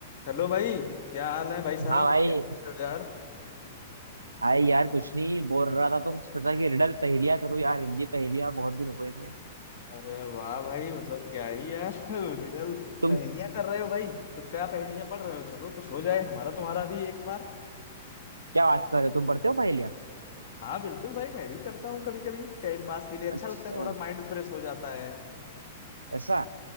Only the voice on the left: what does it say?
हेलो भाई क्या हाल है भाई साहब
क्या कर रहे हो यार
अरे वाह भाई मतलब क्या ही यार <laughs> रिडल
पहेलियां कर रहे हो भाई तो क्या पहेलियां पढ़ रहे हो चलो कुछ हो जाए हमारा तुम्हारा भी एक बार
हाँ बिल्कुल भाई मैं भी करता हूँ कभी कभी टाइम पास के लिए अच्छा
लगता है थोड़ा माइंड फ्रेश हो जाता है